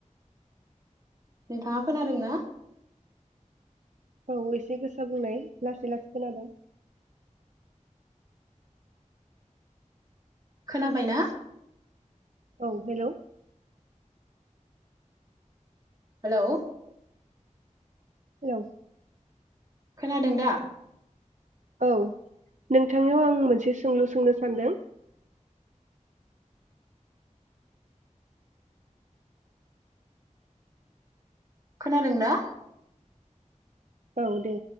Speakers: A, on the right; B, on the right.
A: नोंथाङा खोनादों ना।
B: औ एसे गोसा बुंनाय लासै लासै खोनादोंं।
A: खोनाबायना?
B: औ हेलौ
A: हेलौ
B: हेलौ
A: खोनादों दा?
B: औ नोंथांनियाव आं मोनसे सोंलु सोंनो सानदों।
A: खोनादों दा?
B: औ दे